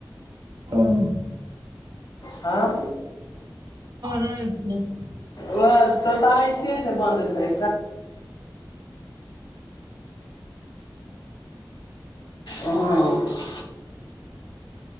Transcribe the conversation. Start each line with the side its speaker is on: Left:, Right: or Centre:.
Right: हँ
Left: हँ।
Right: रैब छै
Left: ओएह तोताइते छै बनै छै <inaudible> हँ।